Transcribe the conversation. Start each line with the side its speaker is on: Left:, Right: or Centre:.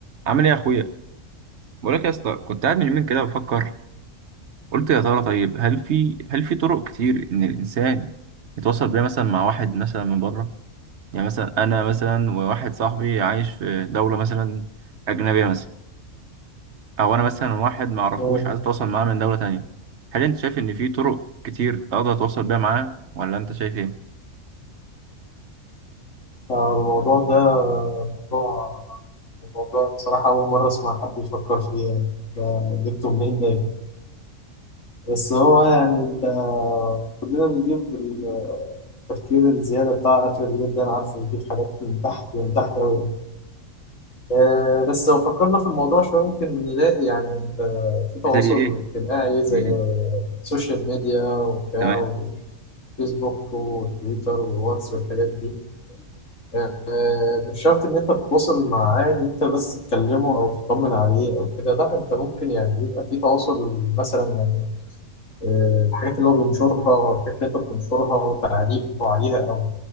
Right: عامل ايه يا اخويا بقول لك يا اسطى كنت قاعد من يومين كده بفكر قلت يا ترى طيب هل في هل في طرق كتير ان الانسان يتواصل بيها مثلا مع واحد مثلا من بره يعني مثلا انا مثلا وواحد صاحبي عايش في دوله مثلا اجنبيه مثلا او انا مثلا واحد ما اعرفوش
Left: مم.
Right: عايز اتواصل معاه من دوله تانية هل انت شايف ان في طرق كتير اقدر اتواصل بيها معاه ولا انت شايف ايه
Left: آه، الموضوع ده موضوع الموضوع بصراحة أول مرة أسمع حد يفكر فيه يعني ده جبته منين ده بس هو يعني أنت كلنا بنجيب ال- التفكير الزيادة بتاع آخر الليل ده أنا عارفه بيجيب حاجات من تحت من تحت أوي آه، بس لو فكرنا في الموضوع شوية ممكن نلاقي يعني أنت في تواصل
Right: زي ايه
Left: اجتماعي زي
Right: زي إيه،
Left: آه، السوشيال ميديا وبتاع
Right: تمام
Left: والفيسبوك والتويتر والواتس والحاجات دي آه، مش شرط ان انت تتواصل معاه ان انت بس تكلمه او تطمن عليه او كده لا انت ممكن يعني يبقى في تواصل مثلا يعني آه، الحاجات اللي هو بينشرها او الحاجات اللي انت بتنشرها او تعليقه عليها او